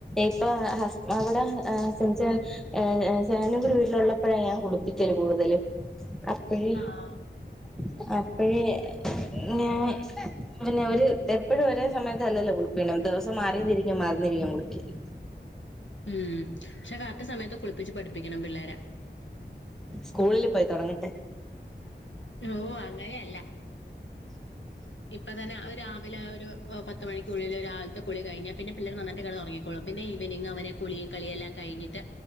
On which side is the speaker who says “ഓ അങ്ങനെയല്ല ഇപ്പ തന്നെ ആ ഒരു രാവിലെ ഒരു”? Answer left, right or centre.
Left